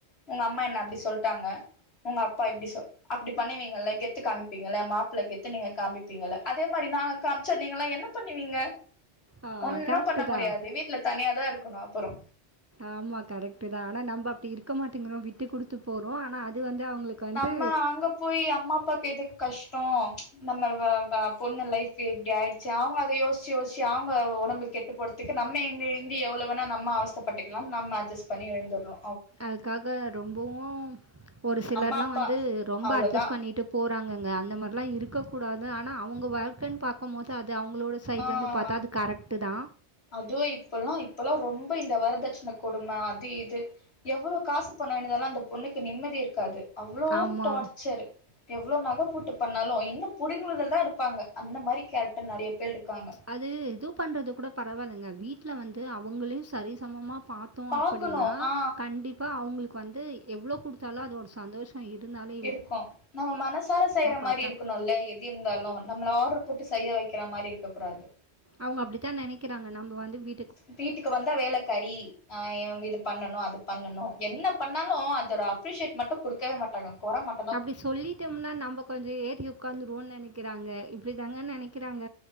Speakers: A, on the left (about 65°); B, on the right (about 25°).
A: உங்க அம்மா என்ன அப்டி சொல்ட்டாங்க உங்கப்பா இப்டி சொ அப்டி பண்ணுவீங்கல்ல கெத்து காமிப்பீங்கள்ல மாப்பிள்ள கெத்து நீங்க காமிப்பீங்கள அதே மாரி நாங்க காம்ச்சா நீங்கள்லா என்ன பண்ணுவீங்க
B: ஆ
A: ஒன்னு
B: கரெக்ட்டு
A: பண்ண முடியாது
B: தான்.
A: வீட்ல தனியா தாருக்கனு அப்பறோ
B: ஆமா கரெக்ட்டு தா ஆனா நம்ப அப்டி இருக்க மாட்டிங்கிறோ விட்டு குடுத்து போறோ ஆனா அது வந்து அவுங்ளுக்கு வந்து
A: நா அங்க போயி அம்மாப்பாக்கு எதுக்கு கஷ்டோ நம்ம வ வ பொண்ணு லைஃப் இப்டி ஆய் ச்சு அவுங்க அத யோச்சி யோச்சி அவுங்க ஒடம்பு கெட்டு போறத்துக்கு நம்ம எந்தி எந்தி எவ்ளோ வேணா நம்ம அவஸ்த பட்டுக்லாம் நம்ம அட்ஜெஸ்ட் பண்ணி இருந்துட்றோ
B: அதுக்காக ரொம்பவு ஒரு சிலர்லா
A: அம்மா அப்பா
B: வந்து ரொம்ப
A: அவ்ளோதா
B: அட்ஜஸ்ட் பண்ணிட்டு போறாங்கங்க அந்த மார்லா இருக்க கூடாது ஆனா அவுங்க வாழ்க்கன் பாக்கம்போது அது அவுங்ளோட சைட்லந்து
A: ஆ
B: பாத்தா அது கரெக்ட்டு தா
A: அதுவு இப்பல்லா இப்பல்லா ரொம்ப இந்த வரதட்சண கொடும அது இது எவ்ளோ காசு பணோ வாய்ன்ட்டு வந்தாலு அந்த பொண்ணுக்கு நிம்மதி இருக்காது அவ்ளோ
B: ஆமா.
A: டார்ச்சரு எவ்ளோ நக போட்டு பண்ணாலு இன்னு புடுங்குறல தாருப்பாங்க அந்த மாரி கேரக்டரு நறைய பேர் இருக்காங்க
B: அது இது பண்றது கூட பரவால்லங்க வீட்ல வந்து அவுங்களையு சரிசமமா பாத் தோ
A: பாக்கணு
B: அப்பிடின்னா
A: ஆ
B: கண்டிப்பா அவுங்ளுக்கு வந்து எவ்ளோ குடுத்தாலு அதோட சந்தோஷோ இருந்தாலு
A: இருக்கு நம்ம மனசார செய்ற மாரி
B: பார்த்தா
A: இருக்கணுல எது இந்தாலு நம்ள ஆட்ரு போட்டு செய்ய வெ க்ற மாரி இருக்க கூடாது
B: அவுங்க அப்டித்தா நெனைக்குறாங்க நம்ம வந்து வி
A: வீட்டுக்கு வந்தா வேலக்காரி ஆ இவுங் இது பண்ணணு அது பண்ணணு என்ன பண்ணாலு அத ஒரு அப்ரிஷியேட் மட்டு குடுக்கவே மாட்டாங்க கொற ம
B: அப்டி சொல்லிட்டம்ன்னா நம்ம கொஞ்சோ ஏறி உக்காந்துருவோன் நெனைக்கிறாங்க இப்டிதாங்க நெனைக்கிறாங்க